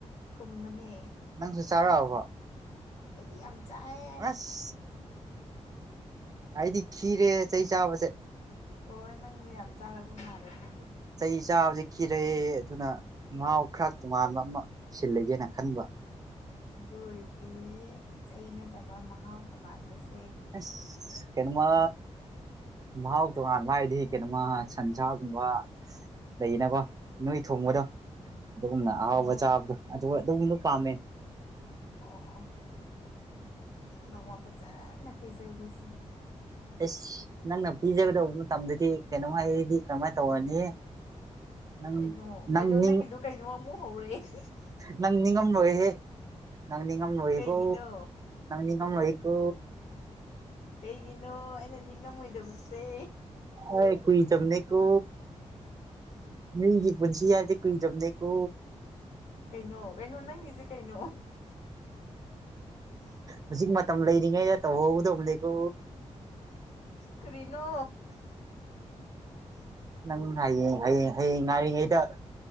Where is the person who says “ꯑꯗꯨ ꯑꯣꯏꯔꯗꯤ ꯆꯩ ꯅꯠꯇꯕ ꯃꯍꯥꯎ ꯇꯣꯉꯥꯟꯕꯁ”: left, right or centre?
Left